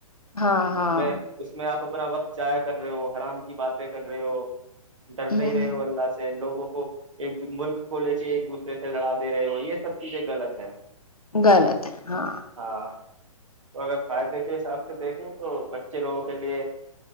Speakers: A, on the left (about 80°); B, on the right (about 60°).
A: ہاں ہاں
B: میں اس میں آپ اپنا وقت جایا کر رہے ہو حرام کی باتیں کر رہے ہو ڈر نہیں
A: ہ
B: رہے ہو اللہ سے لوگوں کو ایک ملک کو لے کے ایک دوسرے سے لڑا دے رہے ہو یہ سب چیزیں غلط ہے
A: غلط ہے ہاں
B: ہاں تو اگر فائدے کے حساب سے دیکھیں تو بچے لوگوں کے لیے